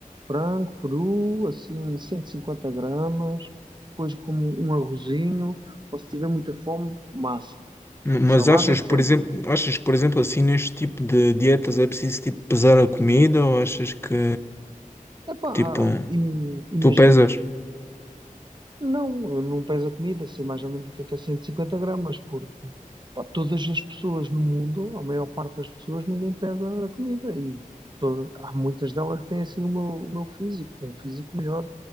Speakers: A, on the right; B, on the left.
A: frango, peru, assim, 150 gramas, depois como um arrozinho, ou se tiver muita fome, massa.
B: M- Mas
A: Salada
B: achas,
A: é sempre.
B: por exemplo, achas que, por exemplo, assim, neste tipo de dietas é preciso, tipo, pesar a comida ou achas que,
A: Epá,
B: tipo,
A: ah, im- imagina,
B: tu pesas?
A: Não, não pesa comida, sei mais ou menos o que é que é 150 gramas, porque pá, todas as pessoas no mundo, a maior parte das pessoas, ninguém pesa a comida e toda- há muitas delas que têm assim o meu, o meu físico, um físico melhor.